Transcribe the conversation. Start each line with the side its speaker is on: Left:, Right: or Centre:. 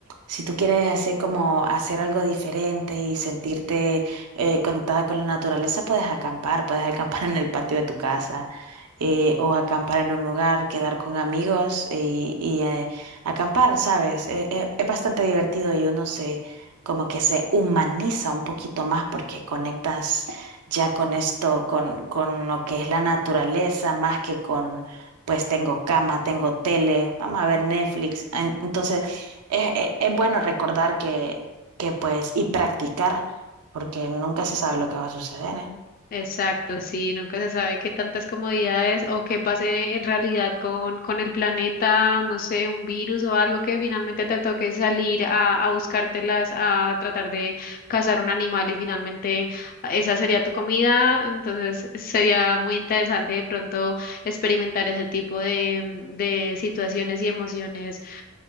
Right: si tú quieres hacer como hacer algo diferente y sentirte eh, conectada con la naturaleza, puedes acampar, puedes acampar <laughs> en el patio de tu casa eh, o acampar en un lugar, quedar con amigos y, y, eh, acampar, ¿sabes? Eh, eh, es bastante divertido y uno se como que se humaniza un poquito más porque conectas ya con esto, con, con lo que es la naturaleza, más que con, pues tengo cama, tengo tele, vamos a ver Netflix. En- Entonces es, es- es bueno recordar que, que pues, y practicar, porque nunca se sabe lo que va a suceder, ¿eh?
Left: Exacto, sí, nunca se sabe qué tantas comodidades o qué pase en realidad con, con el planeta, no sé, un virus o algo que finalmente te toque salir a, a buscártelas, a tratar de cazar un animal y finalmente esa sería tu comida. Entonces sería muy interesante de pronto experimentar ese tipo de, de situaciones y emociones